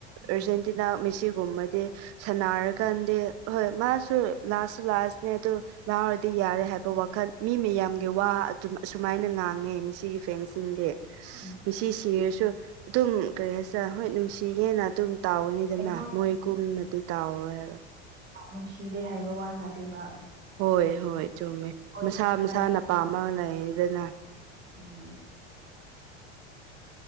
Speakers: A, on the right (about 30°); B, on the right (about 45°).
A: ꯎꯝ
B: ꯑꯔꯖꯦꯟꯇꯤꯅꯥ ꯃꯦꯁꯤꯒꯨꯝꯕꯗꯤ ꯁꯥꯟꯅꯔꯀꯥꯟꯗꯤ ꯍꯣꯏ ꯃꯥꯁꯨ ꯂꯥꯁꯁꯨ ꯂꯥꯁꯅꯦ ꯑꯗꯨ ꯉꯥꯎꯔꯗꯤ ꯌꯥꯔꯦ ꯍꯥꯏꯕ ꯋꯥꯈꯟ ꯃꯤ ꯃꯌꯥꯝꯒꯤ
A: ꯎꯝ
B: ꯋꯥ ꯑꯗꯨꯝ ꯑꯁꯨꯃꯥꯏꯅ ꯉꯥꯡꯉꯦ ꯃꯦꯁꯤꯒꯤ ꯐ꯭ꯦꯟꯁꯤꯡꯗꯤ
A: ꯎꯝ
B: ꯃꯤꯁꯤ ꯁꯤꯔꯁꯨ ꯑꯗꯨꯝ ꯀꯔꯤ ꯍꯥꯏꯁꯤꯔ ꯍꯣꯏ ꯅꯨꯡꯁꯤꯌꯦꯅ ꯑꯗꯨꯝ ꯇꯥꯎꯒꯅꯤ ꯗꯨꯗꯤꯅ
A: ꯑꯩꯈꯣꯏ
B: ꯃꯣꯏ ꯒꯨꯝꯅꯗꯤ ꯇꯥꯎꯔꯣꯏ ꯍꯥꯏꯕ
A: ꯅꯨꯡꯁꯤꯗꯦ ꯍꯥꯏꯕ ꯋꯥ ꯅꯠꯇꯦꯕ
B: ꯍꯣꯏ ꯍꯣꯏ ꯆꯨꯝꯃꯦ
A: ꯍꯣꯏ
B: ꯃꯁꯥ ꯃꯁꯥꯅ
A: ꯃꯥꯏ
B: ꯄꯝꯃ ꯂꯩꯌꯦꯗꯅ
A: ꯎꯝ